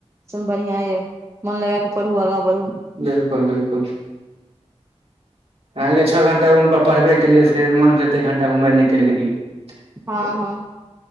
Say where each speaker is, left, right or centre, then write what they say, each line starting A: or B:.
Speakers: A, on the right; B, on the right.
A: बढ़ियां ये, मोन लगा के पढ़ू, आगा बढ़ू।
B: बिलकुल बिलकुल। एलियै छओ घंटा रूमपर पढ़बे केलियै, फेर मन भेलै तऽ एक घण्टा घुमय लए निकलि गेलियै।
A: हँ
B: तऽ
A: हँ।